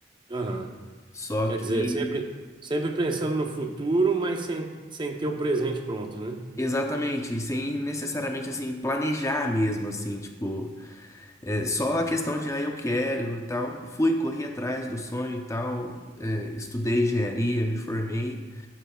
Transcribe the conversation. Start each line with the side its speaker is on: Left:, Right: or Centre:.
Right: aham.
Left: Só
Right: Quer
Left: que
Right: dizer, sempre, sempre pensando no futuro, mas sem, sem ter o presente pronto, né?
Left: Exatamente, sem necessariamente assim planejar mesmo assim, tipo, é, só a questão de ah, eu quero e tal. Fui, corri atrás do sonho e tal, é, estudei engenharia, me formei.